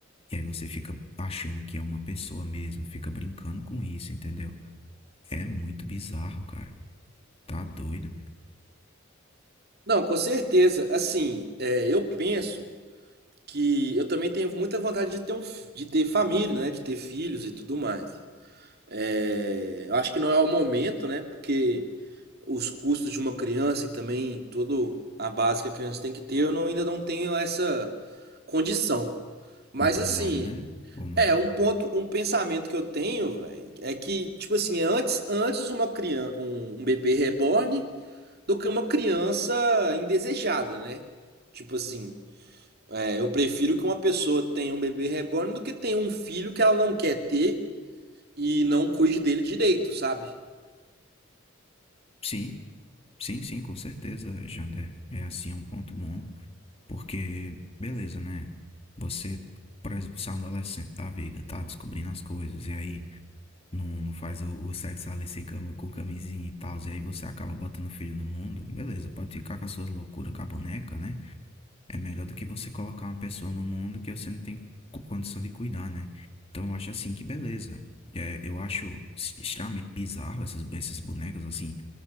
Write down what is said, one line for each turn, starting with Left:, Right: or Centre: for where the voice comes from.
Left: E aí você fica achando que é uma pessoa mesmo, fica brincando com isso, entendeu? É muito bizarro, cara. Tá doido.
Right: Não, com certeza. Assim, é, eu penso que eu também tenho muita vontade de ter um, fi- de ter família, né? De ter filhos e tudo mais. É, eu acho que não é o momento, né? Porque os custos de uma criança e também toda a base que a criança tem que ter, eu não- ainda não tenho essa condição. Mas
Left: Maturidade,
Right: assim,
Left: né? Ou não?
Right: É, um ponto, um pensamento que eu tenho, velho, é que, tipo assim, é antes, antes uma criança, um, um bebê reborn do que uma criança indesejada, né? Tipo assim, é, eu prefiro que uma pessoa tenha um bebê reborn do que tenha um filho que ela não quer ter e não cuide dele direito, sabe?
Left: Sim, sim, sim, com certeza, Jander. É assim, é um ponto bom, porque, beleza, né? Você, por exemplo, você é um adolescente da vida, tá descobrindo as coisas, e aí Não, não faz o, o sexo ali sem cam- com camisinha e tal, e aí você acaba botando filho no mundo. Beleza, pode ficar com as suas loucuras com a boneca, né? É melhor do que você colocar uma pessoa no mundo que você não tem co- condição de cuidar, né? Então eu acho assim que beleza. É, eu acho s- extremamente bizarro essas, esses bonecas assim.